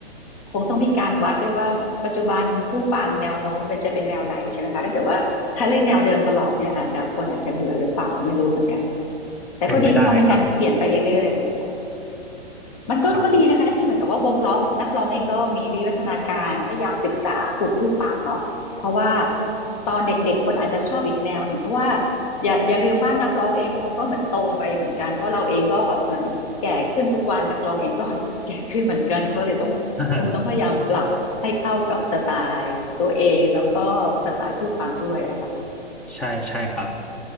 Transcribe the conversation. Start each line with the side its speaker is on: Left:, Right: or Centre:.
Left: คงต้องมีการวัดด้วยว่าปัจจุบันผู้ฟังแนวโน้มเป็นจะเป็นแนวไหนใช่ไหมคะถ้าเกิดว่าถ้าเล่นแนวเดิมตลอดเนี่ยอาจจะคนอาจจะเบื่อหรือเปล่าไม่รู้เหมือนกันค่ะแต่ก็ดีที่เขามีการเปลี่ยนไปเรื่อยๆ
Centre: เป็นไปได้ครับ
Left: มันก็ก็ดีนะคะที่เหมือนกับว่าวงล้อนักร้องเองก็มีวิวัฒนาการพยายามศึกษากลุ่มผู้ฟังเนาะเพราะว่า
Centre: ครับ
Left: ตอนเด็กๆคนอาจจะชอบอีกแนวหนึ่งเพราะว่าอย่าอย่าลืมว่านักร้องเองเขาก็เหมือนโตไปเหมือนกันเพราะเราเองก็แบบเหมือนแก่ขึ้นทุกวันนักร้องเองก็ <laughs> แก่ขึ้นเหมือนกันเขาเลยต้องคงต้องพยายามปรับให้เข้ากับสไตล์ตัวเองแล้วก็สไตล์ผู้ฟังด้วยอะค่ะ
Centre: <laughs> ใช่ใช่ครับ